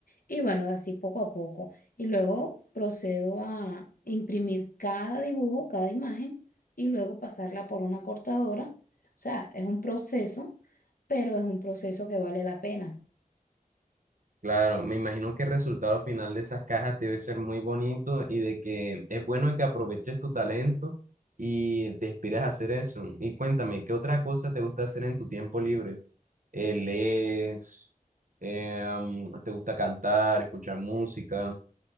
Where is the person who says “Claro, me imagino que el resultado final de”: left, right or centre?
Right